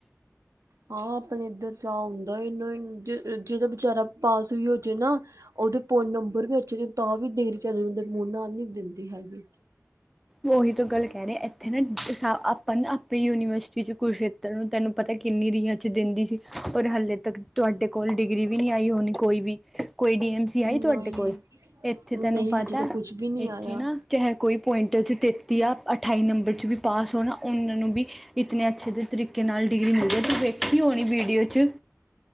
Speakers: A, on the right; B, in the centre.
A: ਹਾਂ ਆਪਣੇ ਇੱਧਰ ਚਾ ਹੁੰਦਾ ਐ ਇੱਨਾਂ ਜਿਹਦਾ ਬਚਾਰਾ ਪਾਸ ਵੀ ਹੋਜੇ ਨਾ ਉਹਦੇ ਫੋਨ ਨੰਬਰ ਵੀ ਅੱਛੇ ਨੇ ਤਾਂ ਵੀ ਡਿਗਰੀ ਚੱਜ ਦੇ ਮੂੰਹ ਨਾਲ ਨੀ ਦਿੰਦੀ ਹੈਗੇ।
B: ਉਹੀ ਤੋਂ ਗੱਲ ਕਹਿ ਰਹੇ ਇੱਥੇ ਨਾ ਆਪਾਂ ਨਾ ਆਪਣੀ ਯੂਨੀਵਰਸਿਟੀ ਚ ਕੁਛ ਤਰੁਨ ਤੈਨੂੰ ਪਤਾ ਐ ਕਿੰਨੀ ਰੀ ਦਿੰਦੀ ਸੀ ਪਰ ਹਾਲੇ ਤੱਕ ਤੁਹਾਡੇ ਕੋਲ ਡਿਗਰੀ ਵੀ ਨਹੀਂ ਆਈ ਹੋਣੀ ਕੋਈ ਵੀ। ਕੋਈ ਡੀਐਮਸੀ ਆਈ
A: ਨਹੀਂ
B: ਤੁਹਾਡੇ ਕੋਲ, ‌ ਇੱਥੇ
A: ਨਹੀਂ
B: ਤੈਨੂੰ ਪਤਾ
A: ਹਜੇ ਤਾਂ ਕੁਛ ਵੀ ਨਹੀਂ
B: ਇੱਥੇ
A: ਆਇਆ
B: ਨਾ ਚਾਹੇ ਕੋਈ ਪੁਆਇੰਟ ਚ ਤੇਤੀ ਆ ਅਠਾਈ ਨੰਬਰ ਚ ਵੀ ਪਾਸ ਹੋਣਾ ਉਹਨਾਂ ਨੂੰ ਵੀ ਇਤਨੇ ਅੱਛੇ ਜੇ ਤਰੀਕੇ ਨਾਲ ਡਿਗਰੀ ਮਿਲਦੇ ਵੇਖੀ ਹੋਣੀ ਵੀਡੀਓ ਚ।